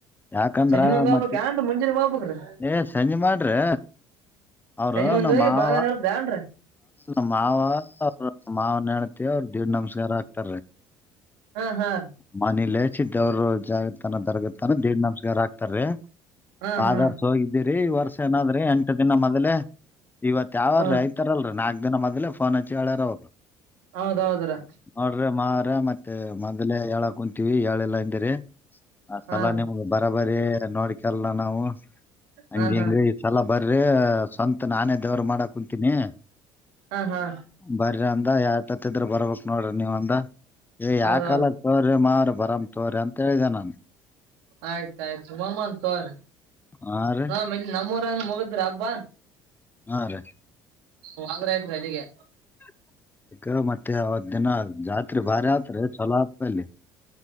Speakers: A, on the left; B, on the right.
A: ಯಾಕಂದ್ರ
B: ಸಂಜಿ ಮುಂದ್ ಹೋಗ್ಬೇಕ್
A: ಮತ್ತೆ
B: ಏನ್ರಿ ಮುಂಜಾನೆ ಹೋಗ್ಬೇಕ್ರಿ
A: ಏ ಸಂಜೆ ಮಾಡ್ರಿ ಅವರು
B: ಸಂಜಿ ಮುಂದ್
A: ನಮ್ಮ
B: ಹೋಗಿ ಬೆಳಗಾನ
A: ಹ
B: ಇರುದ್ ಏನ್ರಿ
A: ನಮ್ಮ್ ಮಾವ ಮಾವನ ಹೇಳ್ತಿವಿ ಅವರು ದೀರ್ ನಮಸ್ಕಾರ ಆಗ್ತ
B: ಹಾ ಹಾ ರೀ
A: ಮನಲಚ ದವ್ರ ಜಾಗ ದರಗ ತ ದೇಡ್ ನಮಸ್ಗಾರ್ ಹಾಕ್ತಾರೆ
B: ಹಾ
A: ಆದರ್ಸ
B: ಹಾ
A: ಹೋಗಿದ್ದಿರಿ ಈ ವರ್ಷ ಏನಾದ್ರಿ ಎಂಟು ದಿನ ಮೊದಲೆೇ ಇವತ್ ಯಾವಾರೀ
B: ಹಾ
A: ಐತಾರಲ್ರೀ ನಾಲ್ಕ್ ದಿನ ಮೊದ್ಲೆ ಫೋನ್ ಹಚ್ಚಿ ಹೊ್ಯಾರ ಅವರು
B: ಹೌದೌದ್ರಿ
A: ನೋಡ್ರಿ ಮ್ರ ಮತ್ತೆ ಮತ್ತೆ ಮೊಲಲೆ ಹೇಳ ಕುಂತೀವಿ ಹೇಳೆಲ್ಲಾ ಅಂದರಿ ಆ ಸಲ
B: ಹಾ ರೀ
A: ನಿಮ್ ಬರ ಬರ ನೋಡ್ಕಲ್ಲ ನಾವು ಹಂಗ
B: ಹಾ ಹಾ
A: ಹಂಗ ಈ ಸಲ ಬರಿ ಸ್ವಂತ ಮ ನಾನೇ ದೇವರು ಮಾಡ ಕುಂತೀನಿ
B: ಹಾ ಹಾ
A: ಬರ ಅಂದ ಯ ಬರ್ಬಕ್ ನೋಡ್ರಿ ನೀವ ಅಂದ ಯಾ
B: ಹೌದೌದು
A: ಕಾಲ್ರ ಮಾ ಬರಾಮ್ ತೋರರಿ ಅಂತ ಹೇಳಿದೆ ನಾನನ್
B: ಆಯ್ತ ಆಯ್ತು ಮಾಮ್ಮನ್ ತೋರ
A: ಹಾ ರೀ
B: ನ ಇ ನಮ್ಮ ಮುಗಿದ್ರ ಹಬ್ಬಾ
A: ಹಾ ರೀ
B: ಹ ಹಾಲ್ ಆಯ್ತ್ರಿಅಲ್ಲಿಗೆ
A: ಹ ಈಗ ಮತ್ತೆ ಅವತ್ ದಿನ ಜಾತ್ರೆ ಭಾರಿ ಆತ್ ಚಲೋ ಆಗ್ತಲ್ಲಿ